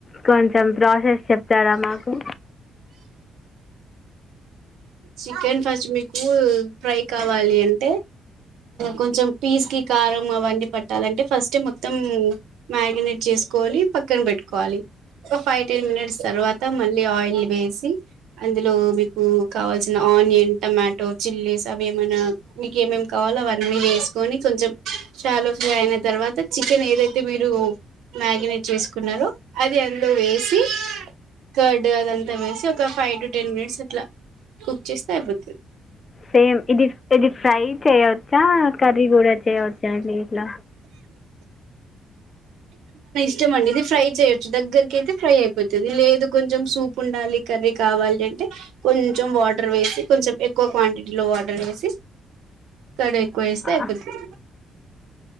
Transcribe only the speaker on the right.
చికెన్ ఫస్ట్ మీకు ఫ్రై కావాలి అంటే కొంచెం పీస్ కి కారం అవన్నీ పట్టాలంటే ఫస్ట్ మొత్తం మ్యాగినేట్ చేసుకోవాలి పక్కన పెట్టుకోవాలి ఒక ఫైవ్ టెన్ మినిట్స్ తర్వాత మళ్ళీ ఆయిల్ వేసి అందులో మీకు కావాల్సిన ఆనియన్ టమాటో చిల్లీస్ అవి ఏమనా మీకు ఏమేమి కావాలో అవన్నీ వేసుకొని కొంచెం షాలో ఫ్రై అయిన తర్వాత చికెన్ ఏదైతే మీరు మ్యాగినేట్ చేసుకున్నారో అది అందులో వేసి కర్డ్ అదంతా వేసి ఒక ఫైవ్ టు టెన్ మినిట్స్ అట్లా కుక్ చేస్తే అయ్యిపోద్ది
ఇష్టంమండి ఇది ఫ్రై చేయచ్చు దగ్గరకైతే ఫ్రై అయిపోతది లేదు కొంచెం సూప్ ఉండాలి కర్రీ కావాలి అంటే కొంచెం వాటర్ వేసి కొంచెం ఎక్కువ క్వాంటిటీలో వాటర్ వేసి కడఏక్ కో ఏస్తే
అయ్యిపోతది